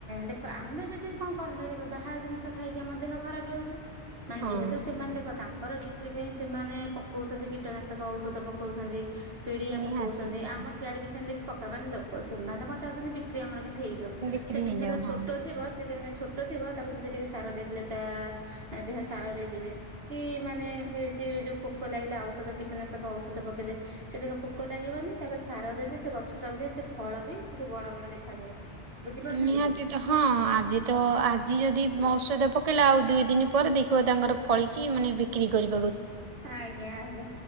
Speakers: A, on the right; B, on the right.
A: ଦେ ଆମେ ଯଦି କଣ କରନ୍ତେ ଦେଖ ବାହାର ଜିନିଷ ଖାଇକି ଆମ ଦେହ ଖରାପ ହେଉଛି। ମାନେ
B: ହଁ
A: ଯେହେତୁ ସେମାନେ ଦେଖ ତାଙ୍କ ଘର ବିକ୍ରି ପାଇଁ ସେମାନେ ପକଉଛନ୍ତି କୀଟନାଶକ ଔଷଧ ପକଉଛନ୍ତି। ପିଡିଆ
B: ନିହାତି
A: ପକଉଛନ୍ତି
B: ହଁ
A: ଆମ ସିଆଡେ ବି ସେମିତି ବି ପକେଇବେନି ଲୋକ ସେମାନେ କଣ ଚାହୁଁଛନ୍ତି ବିକ୍ରି ଆମର କେ ହେଇଯାଉ
B: ହୁଁ ବିକ୍ରି
A: ସେ ଜିନିଷ
B: ହେଇଯାଉ
A: ତ
B: ହଁ।
A: ଛୋଟ ଥିବ ସେ କେ <unintelligible> ଟ ଥିବ ତାକୁ ଯଦି ଟିକେ ସାର ଦେଇଦେଲେ ତା ଦେହ ସାର ଦେଇଦେଲେ କି ମାନେ କି ଯୋଉ ପୋକ ଲାଗିଲା ଔଷଧ କୀଟନାଶକ ଔଷଧ ପକେଇଲେ। ସେ ତାଙ୍କ ପୋକ ଲାଗିବନି ତାପରେ ସାର ଦେଇଦେଲେ ସେ ଗଛ ଜଲଦି ସେ ଫଳ ବି ଟିକେ ବଡ଼ ବଡ଼ ଦେଖାଯାଏ। ବୁଝିପାରୁଛନ୍ତି
B: ନିହାତି
A: କି
B: ତ ହଁ ଆଜି ତ ଆଜି ଯଦି ଔଷଧ ପକେଇଲା ଆଉ ଦୁଇ ଦିନି ପରେ ଦେଖିବ ତାଙ୍କର ଫଳିକି ମାନେ ବିକ୍ରି କରି
A: ଆଜ୍ଞା ଆଜ୍ଞା।